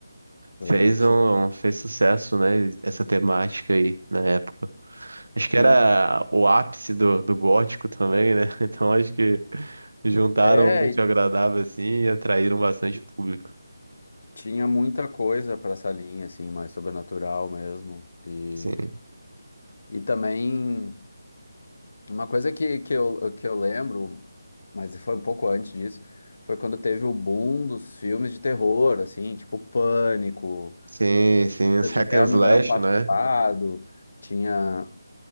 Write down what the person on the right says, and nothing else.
fez
um, um, fez sucesso, né? Essa temática aí na época. Acho
que era o ápice do, do gótico também, né? <laughs> Então acho que juntaram
o útil
ao agradável assim e atraíram bastante público.
Sim.
Sim, sim, os
hack
and slash,
né?